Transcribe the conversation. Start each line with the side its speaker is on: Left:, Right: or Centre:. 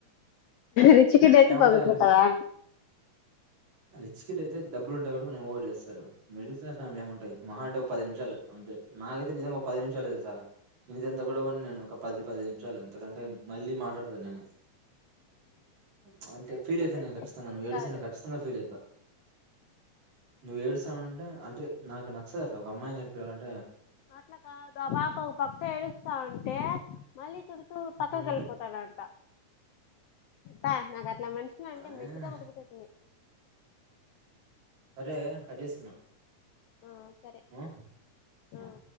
Left: రిచ్ కిడ్ అయితే
Right: ఏమంటే
Left: బాగుంటది అంటావా
Right: రిచ్ కిడ్ అయితే డబ్బులు ఉంటాయి కాబట్టి కొంచెం ఓవర్ చేస్తారు మిడిల్ క్లాస్ ఫ్యామిలీ లో ఏముంటాయి మా అంటే ఒక పది నిమిషాలు నాకైతే నిజంగా ఒక పది నిమిషాలే తెలుసా ఇదంతా కూడా ఉండను నేను ఒక పది పది నిమిషాలు అంతకంటే మళ్ళీ మాట్లాడతాను నేను ప్చ్ అంటే
Left: ఎందుకంటే
Right: ఫీల్ అయిత నేను ఖచ్చితంగా
Left: రిచ్ కిడ్
Right: నువ్వు ఏడిస్తే
Left: కాదు
Right: నేను ఖచ్చితం గా నువ్వు ఏడుస్తన్నావంటే అంటే నాకు నచ్చదు అట్లా ఒక అమ్మాయిని ఎడిపియాలంటే
Left: అట్లా కాదుఆ పాప పక్క ఏడుస్తా ఉంటే మళ్ళీ తిడుతూ పక్కకు
Right: హ్మ్.
Left: వెల్లిపోతాడంట పొ నాకు ఇట్లా మనుషులు అంటే
Right: ఆ
Left: మెట్టితో కొట్ట బుద్దాయితది
Right: అరే కట్ చేస్తున్న
Left: ఆ సరే
Right: ఆ అ
Left: ఆ